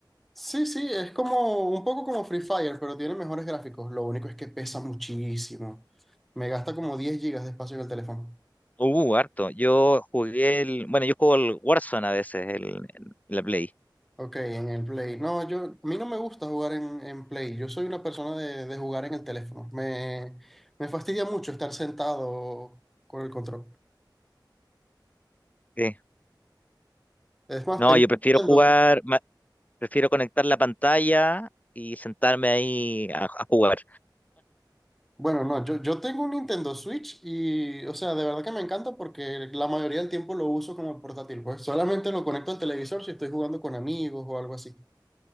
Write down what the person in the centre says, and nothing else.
Sí, sí, es como un poco como Free Fire, pero tiene mejores gráficos. Lo único es que pesa muchísimo. Me gasta como 10 gigas de espacio en el teléfono.
Ok, en el Play. No, yo, a mí no me gusta jugar en, en Play. Yo soy una persona de, de jugar en el teléfono. Me, me fastidia mucho estar sentado con el control.
Es más,
tengo,
un
Nintendo,
Bueno, no, yo, yo tengo un Nintendo Switch y, o sea, de verdad que me encanta porque la mayoría del tiempo lo uso como portátil, pues solamente lo conecto al televisor si estoy jugando con amigos o algo así.